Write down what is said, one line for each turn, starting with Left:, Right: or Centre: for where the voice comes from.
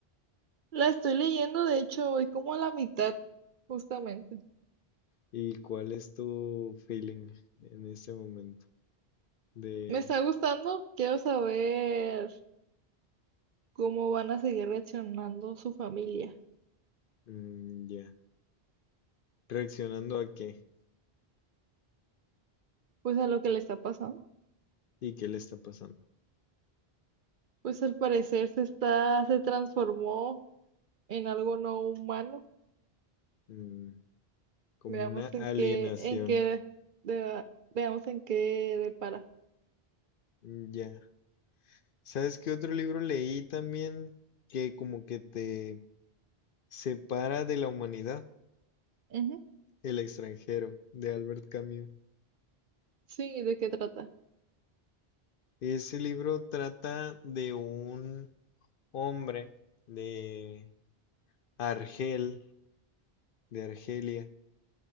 Right: La estoy leyendo, de hecho, voy como a la mitad, justamente.
Left: ¿Y cuál es tu feeling en este momento? De,
Right: Me está gustando, quiero saber ¿Cómo van a seguir reaccionando su familia?
Left: mm, ya, ¿Reaccionando a qué?
Right: Pues a lo que le está pasando.
Left: ¿Y qué le está pasando?
Right: Pues al parecer se está, se transformó en algo no humano.
Left: Mm, como
Right: Veamos
Left: una
Right: en
Left: alienación.
Right: qué, en qué, de- veamos en qué depara.
Left: Mm, Ya. ¿Sabes qué otro libro leí también que como que te separa de la humanidad?
Right: Ujú.
Left: El extranjero, de Albert Camus.
Right: Sí, ¿de qué trata?
Left: Ese libro trata de un hombre de Argel, de Argelia